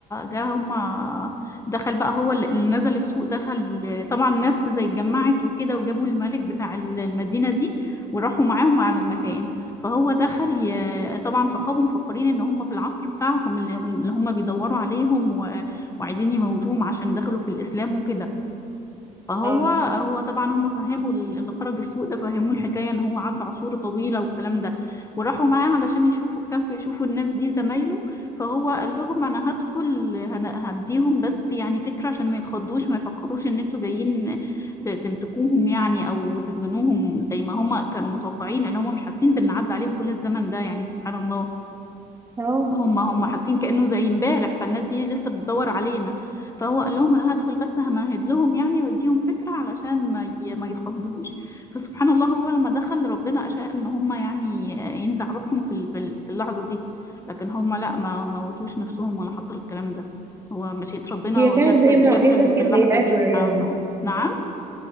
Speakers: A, on the left (about 20°); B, on the right (about 15°).
A: جا هما دخل بقى هو اللي نزل السوق دخل طبعا الناس زي اتجمعت وكده وجابوا الملك بتاع المدينة دي وراحوا معاهم على المكان فهو دخل ي... طبعا صحابه مفكرين ان هم في العصر بتاعهم اللي هم اللي هم بيدوروا عليهم و... وعايزين يموتوهم عشان دخلوا في الإسلام وكده فهو
B: اه
A: هو طبعا هم فهموا ال- اللي خرج السوق ده فهموه الحكايه ان هو عدى عصور طويله والكلام ده وراحوا معاه علشان يشوفوا الكهف يشوفوا الناس دي زمايله فهو قال لهم انا هدخل هن- هديهم بس يعني فكره عشان ما يتخضوش ما يفكروش ان انتوا جايين ت- تمسكوهم يعني او تسجنوهم زي ما هم كانوا متوقعين لان هم مش حاسين بان عدى عليهم كل الزمن ده يعني سبحان الله
B: اه
A: هم هم حاسين كأنه زي امبارح فالناس دي لسه بتدور علينا فهو قال لهم انا هدخل بس همهد لهم يعني واديهم فكرة علشان ما ي... ما يتخضوش فسبحان الله هو لما دخل ربنا أشاء ان هم يعني ينزع روحهم في ال- في ال- في اللحظة دي لكن هم لا ما ما موتوش نفسهم ولا حصل الكلام ده هو مشيئة ربنا
B: هي
A: وجت
B: كانت زي
A: في ال...
B: معجزة
A: جت في ال- في
B: كده
A: اللحظة
B: زي عبرة
A: دي سبحان
B: يعني
A: الله نعم